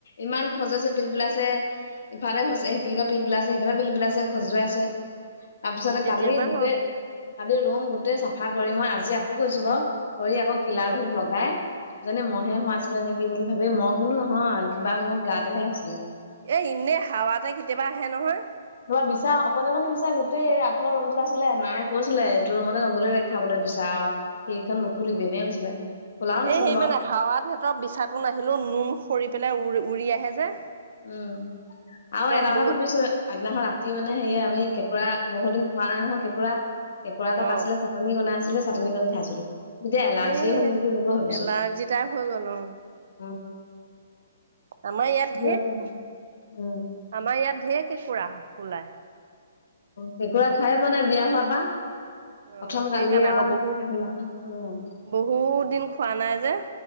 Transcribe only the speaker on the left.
ইমান খজুৱাইছে পিল পিলাইছে। ইফালে হৈছে পিল পিলাইছে আছে সিফালে পিল পিলাছে খজৱাইছে। তাপাছতে
কালি গোটেই
কালি ৰুম গোটেই চাফা কৰি মই আজি আকৌ কৈছো বাৰু, কৰি আকৌ কিলাৰ
ধূপ জ্বলাই, যেনে মহে সোমাইছিলে নেকি বুলি ভাবি মহ কিন্তু নহয় কিবা মোৰ গাততেহে হৈছিলে।
ত বিচা অকলে মানি বিচা গোটেই আগ ফালে ৰুমটোত আছিলে, নাই কৈছিলে এইটো ৰুমলে নগলে। খাবলে বিচাৰ আৰু সেইখন নুফুলিবি এনেই কৈছিলে। খোলাও নাছিলো
বাৰু
উম, আৰু
এটা
কথা ভাবিছো আগদিনাখন ৰাতি মানে সেয়ে আমি কেঁকুৰা বহু দিন খোৱা নাই নহয় কেঁকোৰা কেঁকোৰা এটা
পাচিলে, চাটননি বনাইছিলো, চাটনিখন খায়চিলো। দে এলাৰ্জি
হল নেকি? তেনেকৈ ভাবিছো।
অঁ
আছে
উম
কেঁকুৰা খাই বনাই বিয়া হোৱা পা।
প্ৰথম
কালি আৰু
উম উম।